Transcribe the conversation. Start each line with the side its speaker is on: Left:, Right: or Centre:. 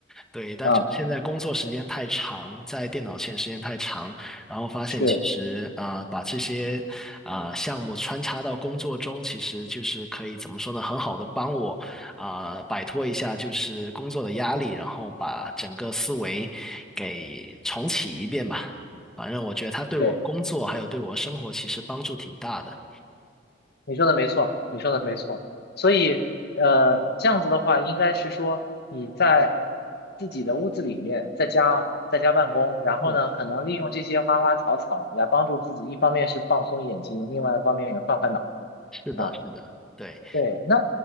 Centre: 对，但就现在工作时间太长，
Left: 啊，
Centre: 在电脑前时间太长，然后发现其实啊、
Left: 是，
Centre: 呃把这些啊、项目穿插到工作中，其实就是可以怎么说呢，很好的帮我啊、摆脱一下就是工作的压力，然后把整个思维给重启一遍吧。反正我觉得它对我工作还有对我生活其实帮助挺大的。
Left: 对，你说的没错，你说的没错。所以，呃，这样子的话，应该是说你在自己的屋子里面，在家在家办公，然后呢，
Centre: 嗯，
Left: 可能利用这些花花草草来帮助自己，一方面是放松眼睛，另外一方面也换换脑子
Centre: 是的，
Left: 啊。
Centre: 是的，对。
Left: 对，那